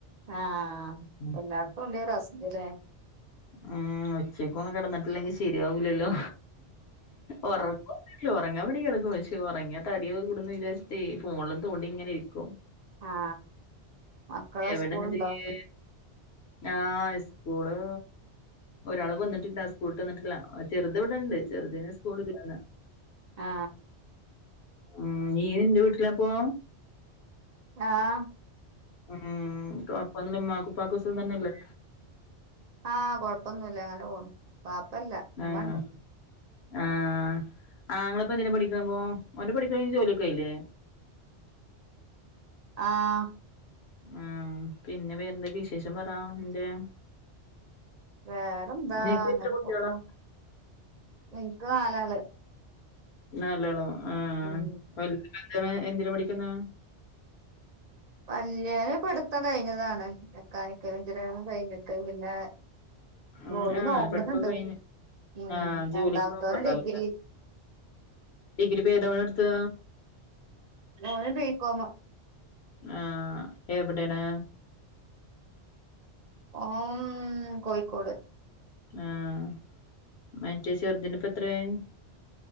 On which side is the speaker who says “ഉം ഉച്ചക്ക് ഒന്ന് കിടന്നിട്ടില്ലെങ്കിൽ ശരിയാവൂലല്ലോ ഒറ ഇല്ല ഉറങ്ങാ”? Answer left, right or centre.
Left